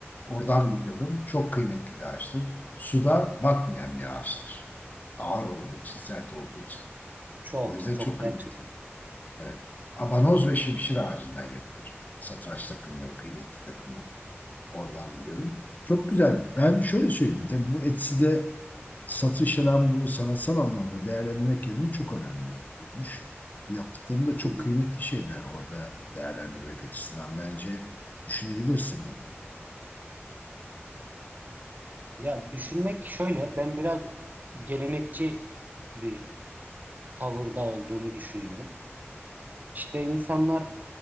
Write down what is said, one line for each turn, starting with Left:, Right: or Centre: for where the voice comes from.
Left: Oradan
Right: Hı hı.
Left: biliyorum. Çok kıymetli bir ağaçtır. Suda batmayan bir ağaçtır. Ağır olduğu için, sert olduğu için.
Right: Çok,
Left: O yüzden
Right: çok
Left: çok
Right: gerçekten.
Left: kıymetli. Evet. Abanoz ve şimşir ağacından yapılır. Satranç takımları, kıymetli takımlar. Oradan biliyorum. Çok güzel. Ben şöyle söyleyeyim. Tabii bu Etsy'de Satış hem bu sanatsal anlamda değerlendirmek kendini çok önemli bulmuş. Yaptıklarım da çok
Right: Hı hı.
Left: kıymetli şeyler orada değerlendirmek açısından. Bence düşünebilirsin bunu.
Right: Ya düşünmek şöyle, ben biraz gelenekçi bir tavırda olduğumu düşünüyorum. İşte insanlar